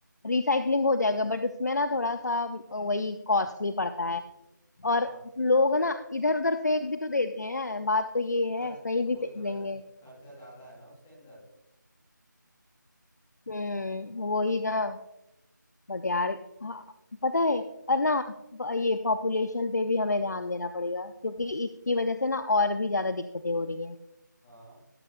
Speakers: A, on the left; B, in the centre.
A: रिसाइकलिंग हो जाएगा बट उसमें ना थोड़ा सा वही कॉस्टली पड़ता है
B: हाँ
A: और लोग ना इधर उधर फेंक भी तो देते हैं बात तो ये
B: तो खर्च
A: है कहीं
B: तो
A: भी
B: वही
A: फेंक
B: तो
A: देंगे
B: है खर्चा ज्यादा है ना उसके अंदर
A: हम्म वही ना बट यार हाँ, पता है और ना प- ये पॉपुलेशन पे भी हमें ध्यान देना पड़ेगा क्योंकि इसकी वजह से ना और भी ज्यादा दिक्कतें हो रही हैं
B: हाँ